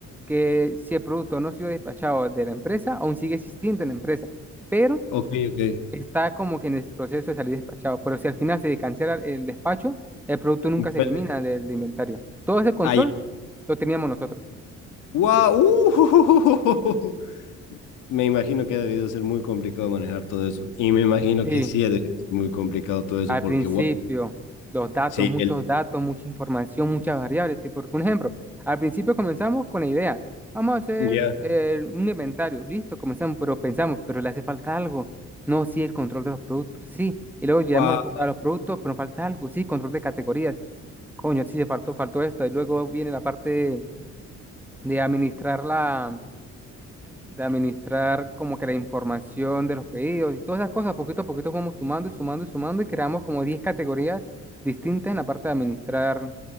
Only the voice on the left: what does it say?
Ok, ok.
Bueno,
ah, ya.
¡Wow! ¡Uh! <laughs> Me imagino que ha debido ser muy complicado manejar todo eso. Y me imagino
que sí ha de ser muy complicado todo eso,
porque
wow.
Sí,
el.
Ya.
Wow.